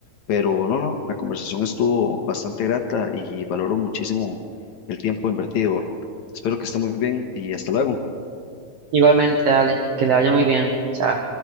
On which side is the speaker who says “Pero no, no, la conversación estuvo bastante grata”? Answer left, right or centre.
Left